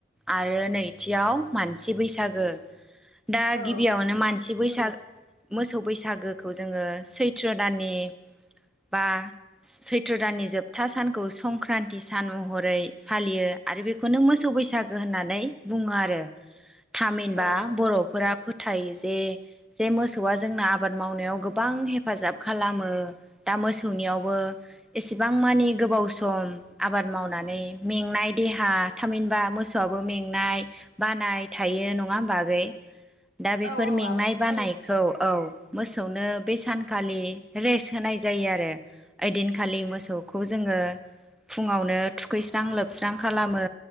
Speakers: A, in the centre; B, on the left (about 70°).
A: आरो नैथियाव मानसि बैसागो। दा
B: औ
A: गिबियावनो मान थि बैसाग मोसौ बैसागोखौ जो जोङो सैत्र दाननि बा सैत्र दाननि जोबथा सानखौ संक्रान्ति सान महरै फालियो आरो बेखौनो मोसौ बैसागो होननानै बुङो आरो। थामिनबा
B: औ
A: बर'फोरा फोथायो जे जे मोसौआ जोंना आबाद मावनायाव गोब बां हेफाजाब खालामो दा मोसौनियावबो एसेबां मानि गोबाव सम आबाद मावनानै मेंनाय देहा थामहिनबा मोसौआबो मेंनाय बानाय थायो नङा होमबा आगै? दा बेफोर
B: औ औ
A: मेंनाय
B: आब'
A: बानाय औ औ मोसौनो बे सानखालि रेस्ट होनाय जायो आरो ओइदिनखालि मोसौखौ जोङो फुङावनो थुखैस्रां लोबस्रां खालामो